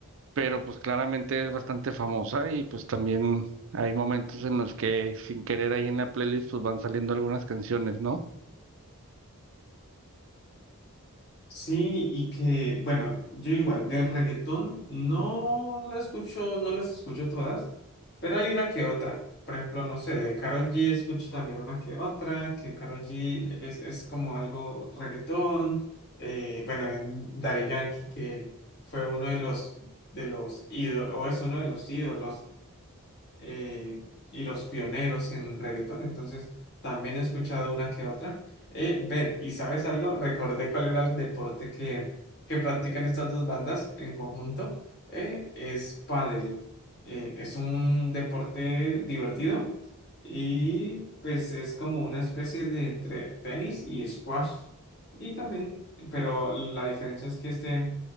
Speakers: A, on the right; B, on the left.
A: pero pues claramente es bastante famosa y pues también hay momentos en los que sin querer ahí en la playlist pues van saliendo algunas canciones, ¿no?
B: Sí, y que, bueno, yo igual, del reggaetón no la escucho, no las escucho todas, pero hay una que otra. Por ejemplo, no sé, de Karol G escucho también una que otra, que Karol G es, es como algo reggaetón. Eh, bueno, en Daddy Yankee, que fue uno de los, de los ídolos, o es uno de los ídolos eh, y los pioneros en reggaetón, entonces también he escuchado una que otra. Eh, ver ¿y sabes algo? Recordé cuál era el deporte que, que practican estas dos bandas en conjunto. Eh, es pádel. Eh, es un deporte divertido y pues es como una especie de entre tenis y squash. Y también, pero la diferencia es que este